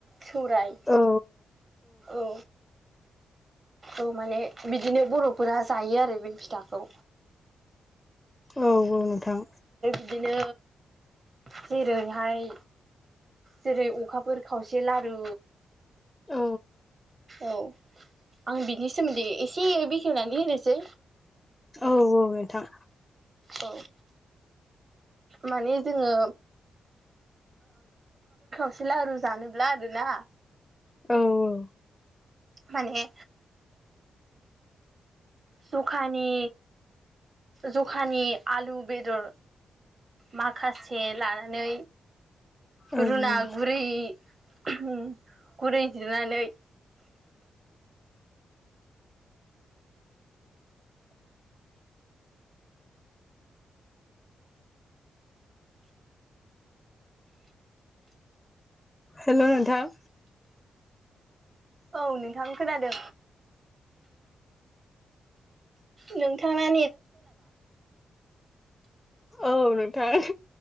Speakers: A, on the right; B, on the left.
A: सौराय
B: औ
A: औ औ माने बिदिनो बर'फोरा जायो आरो बे फिथाखौ
B: औ औ नोंथां
A: बिदिनो जेरैहाय जेरै अखाफोर खावसे लारु
B: औ
A: औ आं बिनि सोमोन्दै एसे बेखेवनानै होनोसै
B: औ औ नोंथां
A: औ माने जोङो फि लारु जानोब्ला आरोना
B: औ औ
A: माने जखानि जखानि आलु बेदर माखासे लानानै
B: औ
A: रुना गुरै उम गुरै जिरनानै <inaudible>
B: <inaudible> हेलौ नोंथां
A: औ नोंथां खोनादो। नोंथाङा
B: औ नोंथां